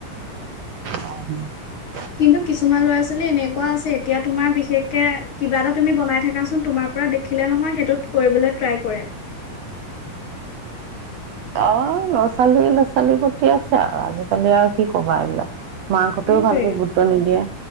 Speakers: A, on the right (about 70°); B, on the left (about 45°).
A: অ' <unintelligible>
B: কিন্তু কিছুমান ল'ৰা ছোৱালী এনেকুৱা আছে কিন্তু কিছুমান ল'ৰা - ছোৱালী এনেকুৱা আছে এতিয়া তোমাৰ বিশেষকে কিবা এটা তুমি বনাই থাকাচোন তোমাৰ পৰা দেখিলে নহয় সেইটোত কৰিবলৈ ট্ৰাই কৰে।
A: অ', ল'ৰা-ছোৱালী ল'ৰা-ছোৱালী প্ৰতি আছে আৰু আজিকালি আৰু কি ক'বা এইবিলাক। মাকহঁতেও
B: সেইটোৱে
A: ভালকে গুৰুত্ব নিদিয়ে